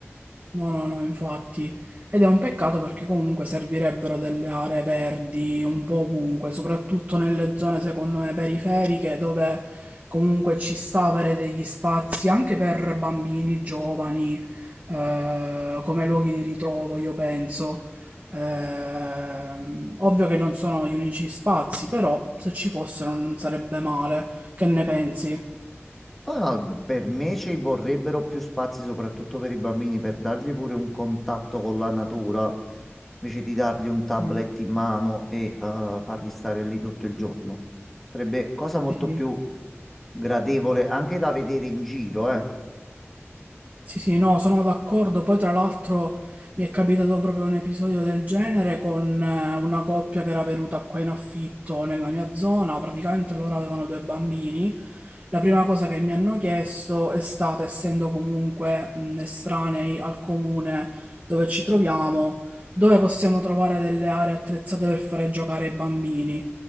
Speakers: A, on the right (about 35°); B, in the centre.
A: No, no, no, infatti. Ed è un peccato perché comunque servirebbero delle aree verdi un po' ovunque, soprattutto nelle zone, secondo me, periferiche, dove comunque ci sta avere degli spazi anche per bambini, giovani, eh, come luoghi di ritrovo, io penso. Ehm, ovvio che non sono gli unici spazi, però se ci fossero non sarebbe male. Che ne pensi?
B: No, no, per me ci vorrebbero più spazi, soprattutto per i bambini, per dargli pure un contatto con la natura, invece di dargli un tablet
A: Sì,
B: in mano e eh, farli stare lì tutto il giorno. Sarebbe cosa molto
A: sì. sì.
B: più gradevole anche da vedere in giro, eh.
A: Sì, sì, no, sono d'accordo. Poi, tra l'altro, mi è capitato proprio un episodio del genere con eh, una coppia che era venuta qua in affitto nella mia zona. Praticamente loro avevano due bambini. La prima cosa che mi hanno chiesto è stata, essendo comunque mh, estranei al comune dove ci troviamo, dove possiamo trovare delle aree attrezzate per fare giocare i bambini.